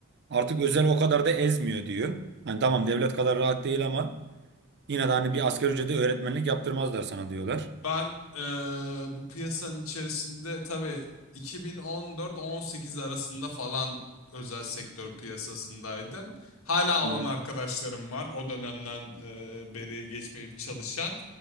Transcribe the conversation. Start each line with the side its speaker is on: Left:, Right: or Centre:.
Right: artık özel o kadar da ezmiyor diyor. Hani tamam devlet kadar rahat değil ama yine de hani bir asgari ücrete öğretmenlik yaptırmazlar sana diyorlar.
Left: Ben eee, bu piyasanın içerisinde tabii 2014-18 arasında falan özel sektör piyasasındaydım. Hala
Right: Evet.
Left: olan arkadaşlarım var o dönemden eee, beri geçmeyip çalışan.